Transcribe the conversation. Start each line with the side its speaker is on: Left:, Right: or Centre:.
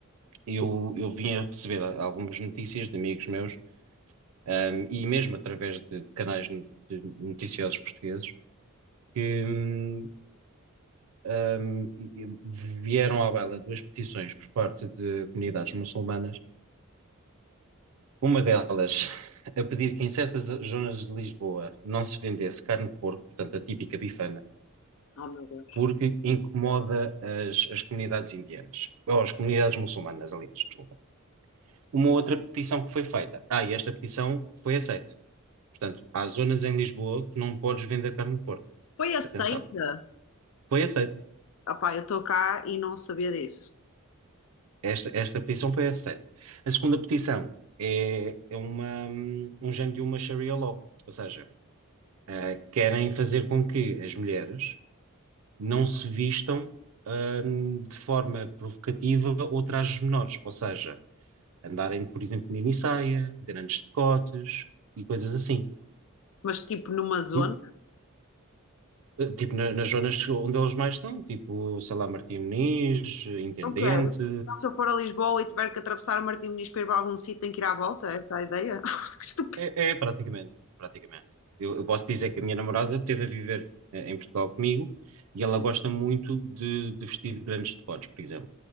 Right: eu, eu vim a receber a- algumas notícias de amigos meus, hum, e mesmo através de canais no- de noticiosos portugueses, que hum, um, vieram à baila duas petições por parte de comunidades muçulmanas. Uma delas a pedir que em certas zonas de Lisboa não se vendesse carne de porco, portanto a típica bifana,
Left: Oh, meu Deus.
Right: porque incomoda as, as comunidades indianas, ou as comunidades muçulmanas, aliás, desculpa. Uma outra petição que foi feita. Ah, e esta petição foi aceita. Portanto, há zonas em Lisboa que não podes vender carne de porco.
Left: Foi aceita?
Right: Atenção. Foi aceita.
Left: Opá, eu estou cá e não sabia disso.
Right: Esta, esta petição foi aceita. A segunda petição é, é uma, hum, um género de uma Sharia law, ou seja, eh, querem fazer com que as mulheres não se vistam, hum, de forma provocativa ou trajes menores, ou seja, andarem, por exemplo, mini saia, grandes decotes e coisas assim.
Left: Mas tipo numa zona.
Right: Hum, eh, Tipo, na- nas zonas onde eles mais estão, tipo, sei lá, Martim Moniz, Intendente,
Left: Não quero. Então, se eu for a Lisboa e tiver que atravessar o Martim Moniz para ir para algum sítio, tenho que ir à volta? Essa é a ideia? <laughs> Estúpido.
Right: É, é praticamente, é praticamente. Eu, eu posso dizer que a minha namorada esteve a viver eh, em Portugal comigo e ela gosta muito de, de vestir grandes decotes, por exemplo,